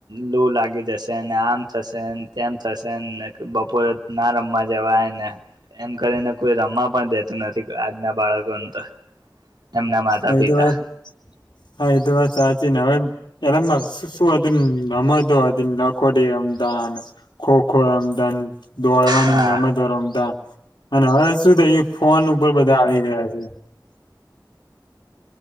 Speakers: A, on the right; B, on the left.
A: લૂ લાગી જશે. આમ થશે, તેમ થશેને બપોરે ના રમવા જવાયને. એમ કરીને કોઈ રમવા પણ દેતું નથી આજના બાળકોને તો. એમના માતા
B: એ,
A: પિતા
B: વાર હા, એ વાત સાચી નવે પહેલા શું હતું, રમતો હતીનખોટી રમતા અને ખોખો રમતા અન <unintelligible> દોડવાની
A: હા
B: રમતો રમતા. અને હવે શું થઈ ગયું ફોન ઉપ ઉપર બધા આવી ગયા છે